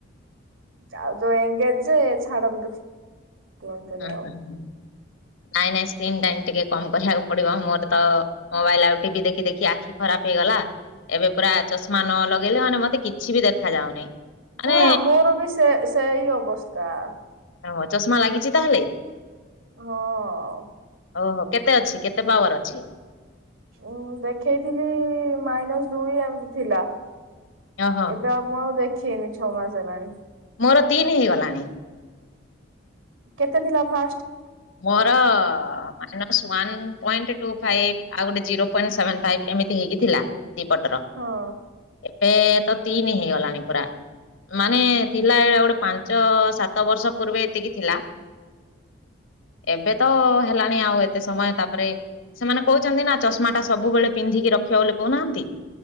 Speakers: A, on the right; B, on the left.
A: ଆଉ ଯଉ ଏଙ୍ଗେଜ ଛାଡନ୍ତୁ। କୁହନ୍ତୁନି
B: ହଁଁ
A: ଆଉ।
B: ନାଇଁ ନାଇଁ ସ୍କ୍ରିନ୍ ଟାଇମ ଟିକେ କମ କରିବାକୁ ପଡିବ। ମୋର ତ ମୋବାଇଲ ଆଉ ଟିଭି ଦେଖି ଦେଖି ଆଖି ଖରାପ ହେଇଗଲା। ଏବେ ପୁରା ଚଷମା ନ ଲଗେଇଲେ ମାନେ ମତେ କିଛି ବି ଦେଖା ଯାଉନି। ମାନେ
A: ପୁରା ମୋର ବି ସେ ସେଇ ଅବସ୍ଥା।
B: ଓହୋ ଚଶମା ଲାଗିଛି ତାହେଲେ?
A: ହଁ।
B: ଓହୋ କେତେ ଅଛି କେତେ ପାୱାର ଅଛି?
A: ଉଁ ଦେଖେଇଥିଲି ମାଇନସ ଦୁଇ ଏମିତି ଥିଲା।
B: ଓହୋ
A: ଏବେ ମୁଁ ଆଉ ଦେଖେଇନି ଛଅ ମାସ ହେଲାଣି।
B: ମୋର ତିନି ହେଇଗଲାଣି।
A: କେତେ ଥିଲା ଫାଷ୍ଟ?
B: ମୋର minus one point two five ଆଉ ଗୋଟେ ଜିରୋ ପଏଣ୍ଟ ସେଭେନ ଫାଇଭ୍ ଏମିତି ହେଇକି ଥିଲା ଦିପଟର।
A: ହଁ।
B: ଏବେ ତ ତିନି ହେଇଗଲାଣି ପୁରା। ମାନେ ଥିଲା ଏଇଟା ଗୋଟେ ପାଞ୍ଚ, ସାତ ବର୍ଷ ପୂର୍ବେ ଏତିକି ଥିଲା। ଏବେ ତ ହେଲାଣି ଆଉ ଏତେ ସମୟ ତାପରେ ସେମାନେ କହୁଛନ୍ତି ନା ଚଷମାଟା ସବୁବେଳେ ପିନ୍ଧିକି ରଖିବା ବୋଲି କହୁନାହାନ୍ତି।